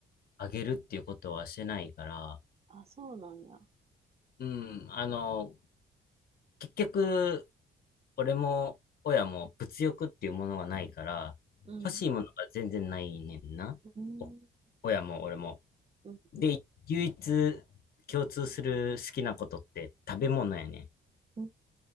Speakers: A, on the left; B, on the right.
A: あげるっていうことはしてないから、
B: あ、そうなんや。
A: うん、あの、結局、俺も親も物欲っていうものがないから、
B: うん。
A: 欲しいものが全然ないねんな。
B: うん。
A: お親も俺も。
B: うん。
A: で、
B: うん。
A: 唯一共通する好きなことって食べ物やね
B: うん